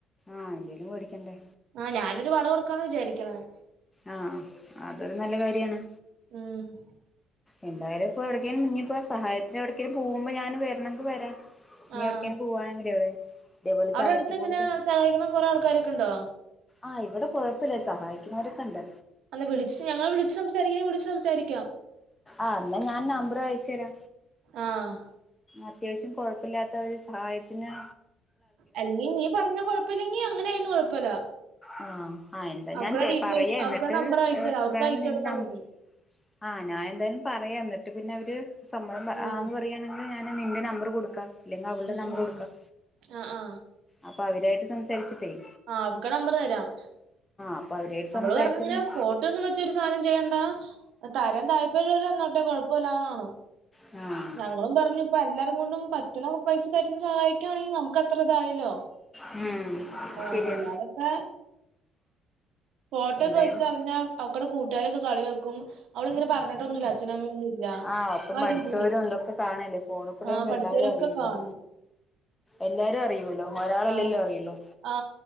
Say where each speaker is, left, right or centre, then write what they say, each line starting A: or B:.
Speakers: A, on the left (about 20°); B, on the right (about 70°).
A: ആഹ് എന്തേലുംവേടിക്കണ്ടേ?
B: ആ ഞാനൊരു വളകൊടുക്കാന്ന് വിചാരിക്ക് ണ്.
A: ആ.. അതൊരു നല്ല കാര്യാണ്
B: ഈ... മ്
A: എന്തായാലുപ്പോ എവിടേക്കേലും മുങ്ങിപ്പോയ സഹായത്തിന് എവിടുക്കേലും പോകുമ്പോ ഞാനും വരണെങ്കിവരാ ഞ്ഞി
B: ആ
A: എവിടക്കേലും പോവാണെങ്കിലെവറേ ഇതേപോലെ
B: അവിടെ
A: ചാാരറ്റി
B: അടുത്ത് എങ്ങനെ
A: പോലത്ത -
B: സഹായിക്കണ കൊറേ ആൾക്കാരൊക്കെ ഉണ്ടോ
A: ആ ഇവിടെ കൊഴപ്പല്ലെ സഹായിക്കുന്നോരക്കെണ്ട്
B: അന്ന് വിളിച്ച് ഞങ്ങൾ വിളിച്ച് സംസാരിക്കണെ വിളിച്ച് സംസാരിക്കാം.
A: ആഹ് ന്നാ ഞാൻ നമ്പർ അയച്ചരാ
B: ആഹ്
A: അത്യാവശ്യാം കൊഴപ്പല്ലാത്ത ഒരു സഹായപിന്
B: അല്ലെങ്കി നീ പറഞ്ഞ കൊഴപ്പല്ലെങ്കി അങ്ങനെയിന് കൊഴപ്പല്ല.
A: ആ... ആഹ് എന്താ
B: അവക്കുള്ള
A: ഞാൻ ചെ
B: ഡീറ്റെയിൽസ്
A: പറയാ
B: അവക്കുടെ
A: എന്നിട്ട്
B: നമ്പർ അയച്ചരാ അവക്ക്
A: വേണെങ്കി
B: അയച്ചു
A: നിൻ
B: കൊടുത്താ
A: നമ്പ
B: മതി
A: ആഞാൻ എന്തയാലും പറയാം എന്നിട്ട് പിന്നെ അവര് സമ്മതം
B: ആഹ്
A: ആന്ന് പറയാണ് കിൽ ഞൻ നിന്റെ നമ്പർ കൊടുക്കാം. ഇല്ലെങ്കിൽ അവളുടെ
B: ഇമ്
A: നമ്പർ
B: ഇമ്
A: കൊടുക്കാം
B: അ ആ
A: അപ്പൊ അവിരുവായിട്ട് സംസാരിച്ചിട്ടേയ്
B: ആ അവ്ക്കടെമ്പർ തരാം
A: അപ്പൊ അവരായിട്ട്
B: അവള്
A: സംസാരിച്ചിട്ട്
B: പറഞ്ഞുങ്ങനെ ഫോട്ടോയൊന്നും ന്ന് വെച്ചരു സാധനം ചെയ്യണ്ട അ തരാം താല്പര്യല്ലോല് തന്നോട്ടെ കുഴപ്പല്ല്യന്നാണ്.
A: ആ...
B: ഞങ്ങളും പറഞ്ഞു ഇപ്പൊ എല്ലാരും കൊണ്ടും പറ്റ്ണ പൈസ തരുന്ന് സഹായിക്കവാണെങ്കി നമുക്ക് അത്രതായല്ലോ
A: ഉം
B: ആ
A: ശരിയാ
B: അല്ലാതൊക്കെ ഫോട്ടോ
A: എന്തായാലും
B: ഒക്കെ വെച്ചറിഞ്ഞാൽ അവക്കടെ കൂട്ടുകാരൊക്കെ കളി യാക്കും. അവള്ങ്ങനെ പറഞ്ഞ <inaudible> അച്ഛനമ്മയൊന്നും ഇല്ല
A: ആഹ് ഒപ്പം
B: ആ
A: പഠിച്ചവരും
B: രീതില്
A: ഇതൊക്കെ കാണല്ലേ ഫോണിൽ കൂടെ
B: ആ
A: ആകുമ്പോ
B: പഠിച്ചവരൊക്കെ
A: എല്ലാരും അറിയൂല്ലോ
B: കാണും
A: എല്ലാരും അറിയല്ലോ ഒരാളല്ലെല്ലോ
B: ആ
A: അറിയല്ലോ
B: ആ